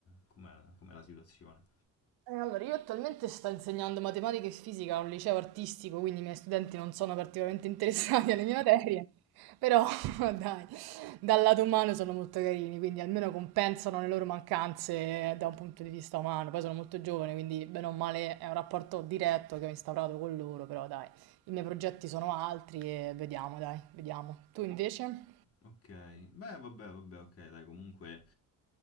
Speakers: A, on the left; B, on the right.
A: com'è com'è la situazione?
B: Eh, allora, io attualmente sto insegnando matematica e fisica a un liceo artistico, quindi i miei studenti non sono particolarmente <laughs> interessati alle mie materie, però <laughs> dai, dal lato umano sono molto carini, quindi almeno compensano le loro mancanze da un punto di vista umano. Poi sono molto giovane, quindi bene o male è un rapporto diretto che ho instaurato con loro, però dai, i miei progetti sono altri e vediamo, dai, vediamo. Tu invece?
A: Ok, beh, vabbè, vabbè, ok, dai, comunque